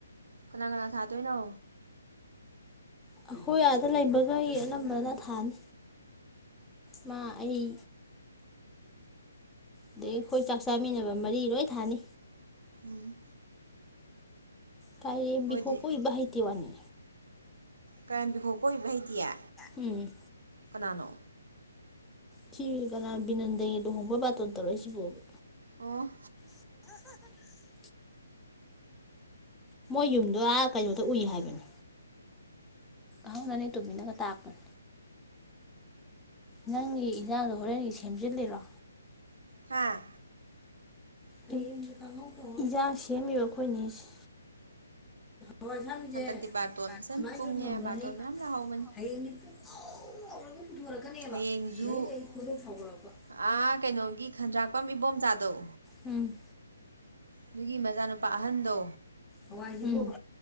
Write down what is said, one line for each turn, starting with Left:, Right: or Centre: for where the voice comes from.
Right: ꯀꯅꯥ ꯀꯅꯥ ꯊꯥꯗꯣꯏꯅꯣ
Centre: ꯑꯩꯈꯣꯏ ꯑꯥꯗ ꯂꯩꯕ ꯈꯩ ꯑꯅꯝꯕꯅ ꯊꯥꯅꯤ ꯃꯥ ꯑꯩ ꯑꯗꯩ ꯑꯩꯈꯣꯏ ꯆꯥꯛ ꯆꯥꯃꯤꯟꯅꯕ ꯃꯔꯤ ꯂꯣꯏ ꯊꯥꯅꯤ
Right: ꯎꯝ꯫
Centre: ꯀꯥꯏꯔꯦꯝꯕꯤ
Right: ꯃꯣꯏꯗꯤ
Centre: ꯈꫭꯛ ꯀꯣꯏꯕ ꯍꯥꯏꯇꯦꯋꯥꯅꯤ
Right: ꯀꯥꯏꯔꯦꯝꯕꯤ ꯈꯣꯛ ꯀꯣꯏꯕ ꯍꯩꯇꯦꯌꯦ
Centre: ꯎꯝ
Right: ꯀꯅꯥꯅꯣ
Centre: ꯁꯤ ꯀꯅꯥ ꯕꯤꯅꯟꯗꯒꯤ ꯂꯨꯍꯣꯡꯕ ꯕꯥꯇꯣꯟ ꯇꯧꯔꯛꯏ ꯁꯤꯕꯨꯕ
Right: ꯑꯣ
Centre: <inaudible> ꯃꯣꯏ ꯌꯨꯝꯗꯣ ꯑꯥ ꯀꯩꯅꯣꯗ ꯎꯏ ꯍꯥꯏꯕꯅꯦ ꯍꯥꯎ ꯅꯅꯦ ꯇꫭꯝꯕꯤꯅꯒ ꯇꯥꯞꯄꯅꯦ ꯅꯪꯒꯤ ꯏꯟꯖꯥꯡꯗꯣ ꯍꯣꯔꯦꯟꯒꯤ ꯁꯦꯝꯖꯤꯜꯂꯤꯔꯣ
Right: ꯍꯥꯥ
Centre: <unintelligible> ꯌꯦꯟꯖꯥꯡ ꯁꯦꯝꯃꯤꯕ ꯑꯩꯈꯣꯏ ꯅꯦꯁꯦ ꯍꯣꯏ ꯅꯪꯁꯦ
Right: ꯍꯟꯗꯛꯇꯤ ꯕꯥꯔꯇꯣꯟ ꯐꯖꯅ
Centre: ꯁꯃꯥꯏꯁꯨꯝ
Right: ꯀꯨꯡꯉꯦ
Centre: ꯊꯝꯈ꯭ꯔꯅꯤ
Right: ꯕꯥꯔꯇꯣꯟ ꯃꯌꯥꯝ ꯂꯥꯛꯍꯧꯕꯅꯤ
Centre: ꯍꯌꯦꯡꯗꯤ ꯄꯥꯛ ꯄꯨꯊꯣꯔꯛꯀꯅꯦꯕ
Right: ꯍꯌꯦꯡꯁꯨ
Centre: ꯂꯩ ꯂꯩ ꯈꯨꯏꯗꯧ ꯁꯥꯎꯒꯠꯂꯥꯛꯄ
Right: ꯑꯥ ꯀꯩꯅꯣꯒꯤ ꯈꯟꯗ꯭ꯔꯥꯛꯄꯝ ꯏꯕꯣꯝꯆꯥꯗꯧ
Centre: ꯎꯝ
Right: ꯑꯗꯨꯒꯤ ꯃꯆꯥꯅꯨꯄꯥ ꯑꯍꯟꯗꯣ
Centre: ꯎꯝ